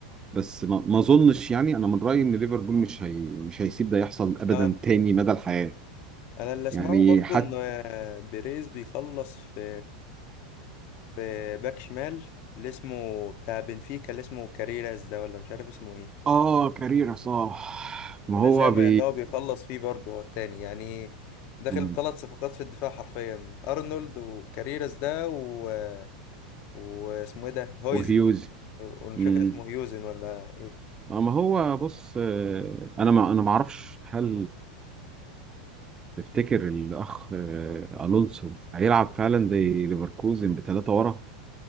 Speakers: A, on the right (about 20°); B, on the left (about 50°).
A: بس ما ما اظنش يعني انا من رايي ان ليفربول مش هي مش هيسيب ده يحصل ابدا
B: اه
A: تاني مدى الحياه
B: انا اللي اسمعه
A: يعني
B: برضو
A: حتى
B: ان آه، بيريز بيخلص في في باك شمال اللي اسمه بتاع بنفيكا اللي اسمه كاريراس ده ولا مش عارف اسمه ايه
A: اه كاريرا صح ما
B: انا
A: هو
B: سامع
A: بي
B: ان هو بيخلص فيه برضه هو التاني يعني داخل
A: مم.
B: بثلاث صفقات في الدفاع حرفيا ارنولد وكاريراس ده و... واسمه ايه ده هويزن
A: وهيوز
B: ومش
A: مم.
B: فاكر اسمه هيوزن ولا ايه
A: آه، ما هو بص آه، انا ما انا ما اعرفش هل تفتكر الاخ آه، الونسو هيلعب فعلا زي ليفركوزن بثلاثه ورا